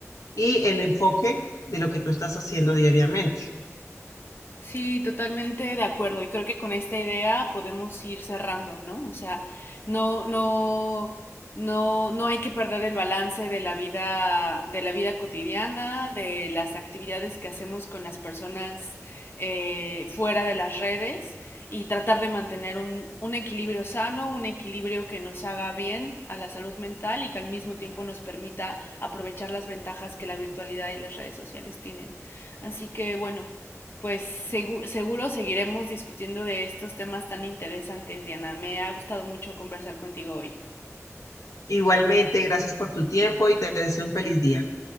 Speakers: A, on the left (about 80°); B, on the left (about 45°).
A: y el enfoque de lo que tú estás haciendo diariamente.
B: Sí, totalmente de acuerdo. Y creo que con esta idea podemos ir cerrando, ¿no? O sea, no, no, no, no hay que perder el balance de la vida, de la vida cotidiana, de las actividades que hacemos con las personas eh, fuera de las redes y tratar de mantener un, un equilibrio sano, un equilibrio que nos haga bien a la salud mental y que al mismo tiempo nos permita aprovechar las ventajas que la virtualidad y las redes sociales tienen. Así que bueno pues segu seguro seguiremos discutiendo de estos temas tan interesantes, Diana. Me ha gustado mucho conversar contigo hoy.
A: Igualmente, gracias por tu tiempo y te deseo un feliz día.